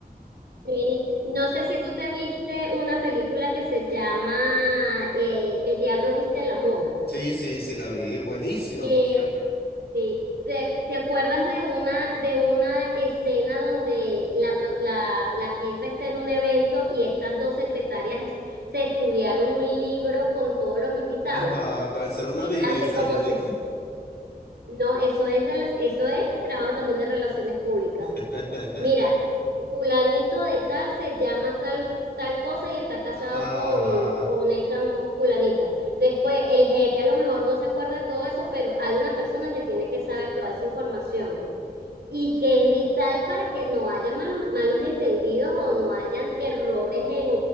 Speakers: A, on the right; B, on the left.
A: Sí, no sé si tú te viste una película que se llama eh, El diablo viste la moda.
B: Sí, sí, sí, la vi. Buenísima,
A: Eh,
B: por cierto.
A: Sí. ¿Te, te acuerdas de una, de una escena donde la, pro- la, la jefa está en un evento y estas dos secretarias se estudiaron un libro con todos los invitados?
B: Ajá, pero eso
A: ¿Y
B: era una
A: qué
B: viveza,
A: hace? ¿Cómo
B: yo
A: se...?
B: vi.
A: No, eso es, rela- eso es trabajo también de relaciones públicas.
B: <laughs>
A: Mira, fulanito de tal se llama tal, tal cosa y está casado
B: Ajá,
A: con, con esta fulanita. Entonces, co- el jefe a lo mejor no se acuerda de todo eso, pero hay una persona que tiene que saber toda esa información y que es vital para que no haya malos, malos entendidos o no hayan errores en,